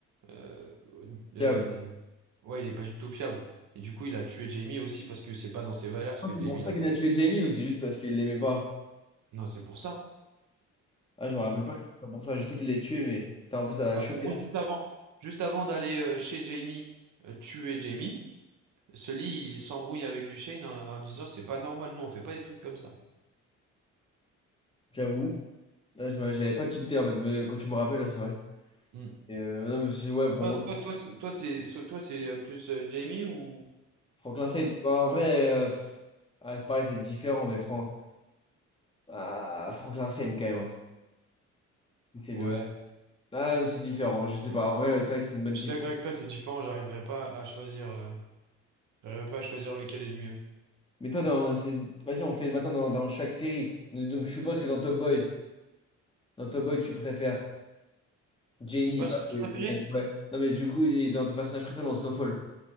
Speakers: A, on the right; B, on the left.
A: euh, euh,
B: Diable.
A: ouais, il est pas du tout fiable. Et du coup, il a tué Jamie aussi, parce que c'est pas dans ses valeurs ce
B: Ah,
A: que
B: C'est
A: Jamie
B: pour ça
A: l'a
B: qu'il
A: fait.
B: a tué Jamie ou c'est juste parce qu'il l'aimait pas?
A: Non, c'est pour ça.
B: Ah, je me rappelle pas que c'était pour ça. Je sais qu'il l'a tué, mais... Putain, en plus, ça l'a
A: Bah,
B: choqué,
A: en gros,
B: là.
A: juste avant, juste avant d'aller euh, chez Jamie, euh, tuer Jamie, Sully, il s'embrouille avec Duchesne en, en disant c'est pas normal, nous on fait pas des trucs comme ça.
B: J'avoue. Là, je- j'avais pas tilté, en fait, mais quand tu me rappelles, c'est vrai.
A: Mm.
B: Et, euh, non, mais c'est- ouais, pour
A: Toi,
B: revenir
A: toi,
B: sur
A: toi, c'est toi, c'est so- toi, c'est, euh, plus euh, Jamie ou
B: Franklin
A: ou Frank?
B: Saint, bah, en vrai, euh, pff, ouais, c'est pareil, c'est différent, mais Fran... ah, Franklin Saint, quand même. hein. C'est
A: Ouais.
B: le... Ah, c'est différent, je sais pas. En vrai, c'est vrai que c'est une bonne
A: Je suis
B: question.
A: d'accord avec toi, c'est différent, j'arriverai pas à choisir, euh, j'arriverai pas à choisir lequel est le mieux.
B: Mais toi, dans... c'est- vas-y, on fait maintenant dans, dans chaque série. Donc, je suppose que dans Top Boy, dans Top Boy, tu préfères Jamie.
A: Mon personnage
B: bah, oui,
A: préféré?
B: complètement, ouais. Non, mais du coup, il est dans ton personnage préféré dans Snowfall.